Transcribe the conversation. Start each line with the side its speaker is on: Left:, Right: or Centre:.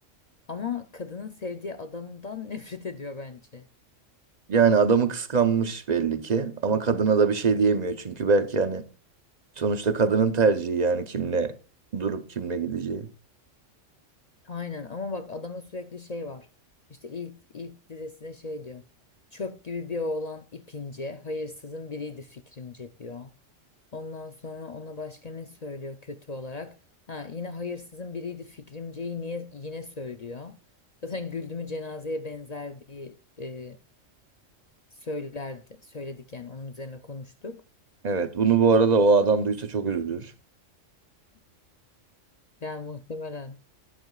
Left: ama kadının sevdiği adamdan <laughs> nefret ediyor bence.
Right: Yani adamı kıskanmış belli ki ama kadına da bir şey diyemiyor çünkü belki hani sonuçta kadının tercihi yani kimle durup kimle gideceği.
Left: Aynen ama bak adama sürekli şey var. İşte ilk, ilk dizesinde şey diyor. Çöp gibi bir oğlan ipince, hayırsızın biriydi fikrimce diyor. Ondan sonra ona başka ne söylüyor kötü olarak? Ha yine hayırsızın biriydi fikrimceyi niye yine söylüyor. Zaten güldümü cenazeye benzer diye e, söylerdi, söyledik yani onun üzerine konuştuk.
Right: Evet bunu bu arada o adam duysa çok üzülür.
Left: Yani muhtemelen.